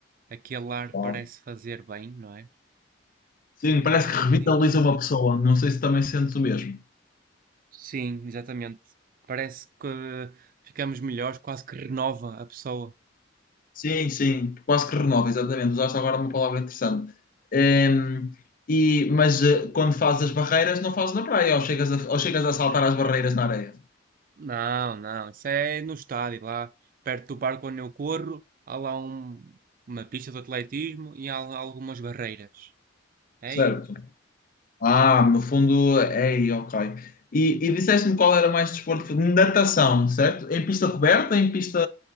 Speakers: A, on the right; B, on the left.
A: Aquele ar
B: Claro.
A: parece fazer bem, não é?
B: Sim,
A: É.
B: parece que revitaliza
A: E tu?
B: uma pessoa. Não sei se também sentes o mesmo.
A: Sim, exatamente. Parece que eh, ficamos melhores, quase que renova a pessoa.
B: Sim, sim, quase que renova, exatamente. Usaste agora uma palavra interessante. Ehm, e, mas eh, quando fazes as barreiras, não fazes na praia, ou chegas a, ou chegas a saltar as barreiras na areia.
A: Não, não, isso é no estádio, lá perto do parque onde eu corro, há lá um- uma pista de atletismo e há lá algumas barreiras. É
B: Certo.
A: Aí,
B: Ah, no fundo, é aí, ok. E, e disseste-me qual era mais desporto? Natação, certo? Em pista coberta, em pista